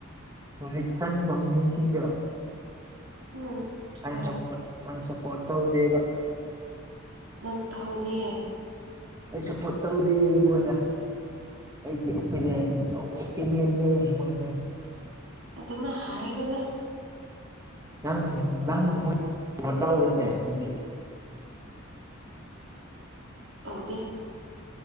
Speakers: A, on the right; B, on the right.
A: ꯍꯧꯖꯤꯛ ꯆꯪꯈꯔꯕ ꯃꯤꯁꯤꯡꯗꯣ
B: ꯎꯝ
A: ꯑꯩ
B: ꯍꯣꯏ
A: ꯁꯄꯣꯔꯠ ꯑꯩ ꯁꯄꯣꯔꯠ ꯇꯧꯗꯦꯕ
B: ꯅꯪ ꯇꯍꯧꯗꯦ
A: ꯑꯩ ꯁꯞꯄꯣꯔꯠ ꯇꯧꯗꯦ ꯃꯣꯏꯗ ꯑꯩ ꯑꯣꯄꯤꯅꯤꯌꯟ ꯑꯣꯄꯤꯅꯤꯌꯟꯅꯦ ꯃꯣꯏꯁꯦ
B: ꯑꯗꯨꯃꯥꯏ ꯍꯥꯏꯅꯨꯗ
A: ꯅꯪ ꯅꯪ ꯃꯣꯏ ꯁꯞꯄꯣꯔꯠ ꯇꯧꯔꯦꯅꯦ ꯑꯗꯨꯗꯤ
B: ꯇꯧꯗꯦ